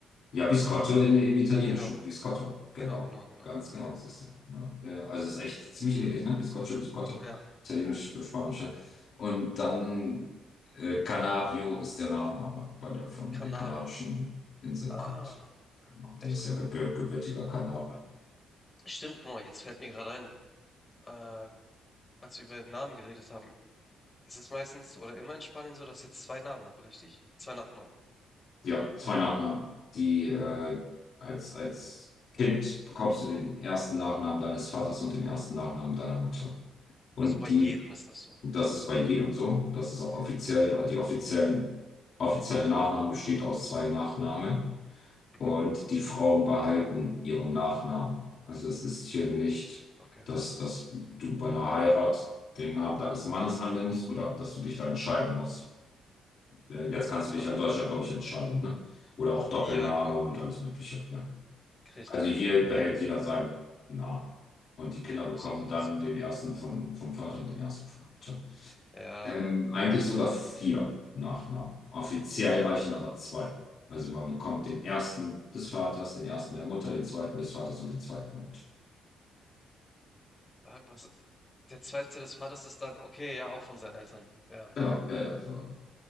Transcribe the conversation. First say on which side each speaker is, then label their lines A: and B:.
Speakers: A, on the left; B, on the left.
A: Ja, Biscotto in, im Italienischen.
B: Genau.
A: Biscotto, genau.
B: Genau, genau, genau.
A: Ganz genau,
B: Okay.
A: siehst du. Ja, ja, ja. also es ist echt ziemlich ähnlich, ne? Biscotto, Biscotto.
B: Ja,
A: Italienisch für Spanische. Und dann äh, Canario ist der Nachname, weil der von
B: Canario.
A: den Kanarischen Inseln
B: Ah,
A: kommt. Genau,
B: echt
A: der ist
B: cool.
A: ja gebür gebürtiger Kanare.
B: Stimmt, guck mal, jetzt fällt mir gerade ein, äh, als wir über Namen geredet haben, es ist meistens oder immer in Spanien so, dass ihr zwei Namen habt, richtig? Zwei Nachnamen.
A: Ja, zwei Nachnamen. Die äh, als, als Kind bekommst du den ersten Nachnamen deines Vaters und den ersten Nachnamen deiner Mutter. Und
B: Also bei jedem
A: die
B: ist das so.
A: Und das ist bei jedem so. Das ist auch
B: Okay.
A: offiziell, die offiziellen, offizielle Nachname besteht aus zwei Nachnamen.
B: Mhm.
A: Und die Frauen behalten ihren Nachnamen. Also das ist hier nicht,
B: Okay.
A: dass, dass du bei einer Heirat den Namen deines Mannes annimmst oder dass du dich da entscheiden musst. Äh, Jetzt kannst
B: Oh
A: du
B: Mann.
A: dich ja in Deutschland, glaube ich, entscheiden, ne? Oder auch Doppelname
B: Ja, genau.
A: und alles Mögliche, ja.
B: Richtig.
A: Also hier behält
B: Ja,
A: jeder seinen Namen. Und die Kinder bekommen
B: ist auch interessant.
A: dann den ersten vom, vom Vater und den ersten von der Mutter.
B: Ja,
A: Ähm, eigentlich sogar vier Nachnamen. Offiziell reichen aber zwei. Also man bekommt den ersten des Vaters, den ersten der Mutter, den zweiten des Vaters und den zweiten der Mutter.
B: wa- was, der zweite des Vaters ist dann, okay, ja, auch von seinen Eltern. Ja,
A: Genau,
B: okay.
A: ja, ja, ja.